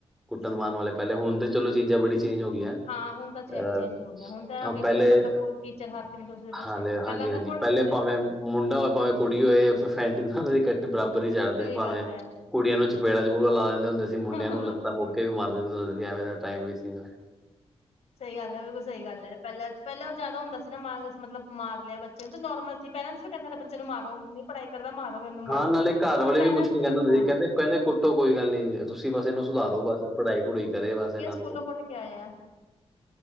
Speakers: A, in the centre; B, on the left.
A: ਕੁੱਟਣ
B: ਬਿਲਕੁਲ-ਬਿਲਕੁਲ।
A: ਮਾਰਣ ਵਾਲੇ ਪਹਿਲੇ ਹੁਣ ਤੇ ਏ ਚੱਲੋ ਚੀਜ਼ਾਂ ਬੜੀ ਚੇਂਜ ਹੋ ਗਿਆਂ
B: ਹਾਂ, ਹੁਣ ਤਾਂ ਚੇ
A: ਅਹ
B: ਚੇਂਜ ਹੋ ਗਿਆ, ਹੁਣ ਤਾਂ ਐ
A: ਹਾ
B: ਹੋ ਗਿਆ
A: ਪਹਿਲੇ
B: ਕਿ ਮਤਲਬ
A: ਏ
B: ਕੋਈ ਟੀਚਰ ਹੱਥ ਨੀ ਚੁੱਕਦੇ ਬੱਚਿਆਂ
A: ਹਾਲੇ
B: ਤੇ ਪਹਿਲਾਂ
A: ਹਾਂਜੀ ਈ
B: ਤਾਂ
A: ਹਾਂਜੀ
B: ਕੁੱਟ
A: ਈ ਪਹਿਲੇ
B: ਦਿੰਦੀ
A: ਭਾਵੇਂ
B: ਸੀ।
A: ਮੁੰਡਾ ਹੋਵੇ ਭਾਵੇਂ ਕੁੜੀ ਹੋਏ ਫੈਂਟੀ ਈ ਉਨਾਂ ਦੀ ਇਕਠ ਬਰਾਬਰ ਈ ਚੜ੍ਹਦੇ
B: ਸਹੀ
A: ਸੀ ਭਾਵੇ
B: ਗੱਲ ਐ,
A: ਕੁੜੀਆਂ ਨੂੰ ਚਪੇੜਾ ਚਪੂੜਾ ਲਾ ਲੈਂਦੇ ਹੁੰਦੇ ਸੀ ਮੁੰਡਿਆਂ
B: ਹਾਂ।
A: ਨੂੰ ਲੱਤਾ ਮੁਕੇ ਵੀ ਮਾਰ ਦੇ ਐਵੇ ਦਾ ਟਾਈਮ ਵੀ ਸੀ ਗਾ
B: ਸਹੀ ਗੱਲ ਐ ਬਿਲਕੁਲ ਸਹੀ ਗੱਲ ਐ ਪਹਿਲਾਂ ਪਹਿਲਾਂ ਉਹ ਜ਼ਿਆਦਾ ਹੁੰਦਾ ਸੀ ਨਾ ਮਾਰ ਮਤਲਬ ਮਾਰਿਆ ਬੱਚੇ ਨੂੰ ਤੇ ਨੋਰਮਲ ਸੀ ਪੇਰੈਂਟਸ ਵੀ ਕਹਿੰਦਾ ਸਾਡੇ ਬੱਚੇ ਨੂੰ ਮਾਰੋ ਓ ਨਹੀ ਪੜ੍ਹਾਈ ਕਰਦਾ ਮਾਰੋ ਓ ਇਹਨੂੰ ਮਾਰੋ
A: ਹਾਂ ਨਾਲੇ ਘਰ
B: ਹੁਣ
A: ਵਾਲੇ
B: ਪੇਰੈਂਟਸ
A: ਵੀ ਕੁਛ ਕਹਿੰਦੇ
B: ਨੀ
A: ਹੁੰਦੇ
B: ਬੋਲਦੇ
A: ਸੀ ਕਹਿੰਦੇ
B: ਏ
A: ਕਹਿੰਦੇ ਕੁੱਟੋ ਕੋਈ ਗੱਲ ਨੀ ਤੁਸੀਂ ਬਸ ਇਹਨੂੰ ਸੁਧਾਰੋ ਬਸ ਪੜ੍ਹਾਈ ਪੜੂਈ ਕਰੇ ਬਸ ਇਹਨਾਂ
B: ਕੂਲੋ ਕੁੱਟ ਕੇ ਆਇਐ।